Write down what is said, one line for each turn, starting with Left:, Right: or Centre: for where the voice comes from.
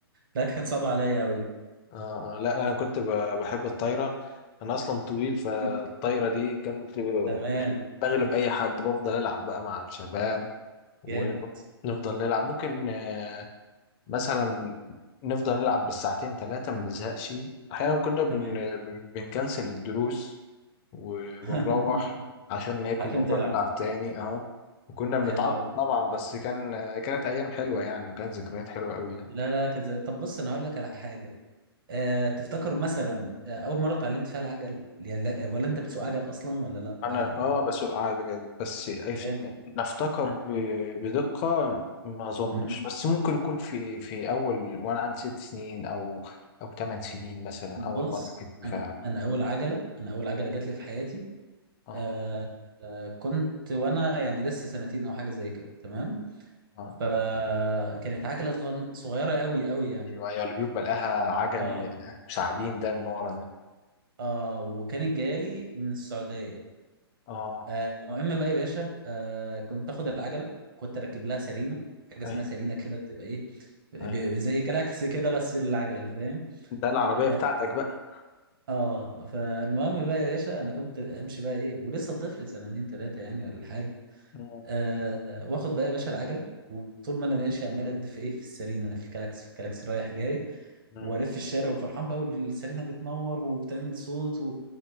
Right: لا كانت صعبه عليا قوي
Left: آه, اه لا انا كنت ب- بحب الطايره انا اصلا طويل فالطايره
Right: <laughs>
Left: دي كنت
Right: تمام
Left: بغلب اي حد بفضل العب بقى مع الشباب ونفضل
Right: جامد
Left: نلعب ممكن آه، مثلا نفضل نلعب بالساعتين ثلاثة ما نزهقش أحيانا كنا بن...
Right: تمام
Left: بنكنسل الدروس و-
Right: <laughs>
Left: ونروح عشان ناكل
Right: عشان
Left: ونروح
Right: تلعب
Left: نلعب تاني اه وكنا
Right: حلوه
Left: بنتعاقب طبعا بس كان كانت أيام حلوة يعني وكانت ذكريات حلوة أوي يعني
Right: لا لا كانت زي طب بص انا هقول لك على حاجه أه تفتكر مثلا آه، اول مره اتعلمت فيها العجل يعني لا ولا انت بتسوق عجل اصلا ولا لا
Left: أنا
Right: أه يعني
Left: اه بسوق عجل بس أيف-
Right: جامد
Left: نفتكر ب... بدقة ما أظنش
Right: مم.
Left: بس ممكن يكون في في أول وأنا عندي ست سنين أو أو ثمان سنين مثلا
Right: بص
Left: أول مرة كنت فيها
Right: انا انا اول عجله انا اول عجله جات لي في حياتي
Left: اه
Right: أه آه، كنت وانا يعني لسه سنتين او حاجه زي كده تمام
Left: أه.
Right: فكانت عجلة صغن- صغيرة قوي قوي يعني
Left: ايوه ايوه اللي بيبقى لها عجل
Right: اه
Left: مساعدين ده من ورا ده
Right: اه وكانت جايالي من السعودية
Left: اه
Right: آه، المهم بقى يا باشا آه كنت اخد العجلة كنت اركب لها سرينة حاجة اسمها
Left: ايوه
Right: سرينة كده بتبقى ايه ب-
Left: ايوه
Right: ب- زي كلاكس كده بس للعجل فاهم
Left: ده العربية
Right: اه
Left: بتاعتك بقى
Right: آه، آه، فالمهم بقى يا باشا انا كنت امشي بقى ايه ولسه طفل سنتين ثلاثة يعني ولا حاجة
Left: مم.
Right: آه آه، واخد بقى يا باشا العجلة وطول ما انا ماشي عمال ادي في ايه في السرينة في الكلاكس في الكلاكس رايح جاي
Left: مم.
Right: والف الشارع وفرحان بقى والسيرينا بتنور وبتعمل صوت و...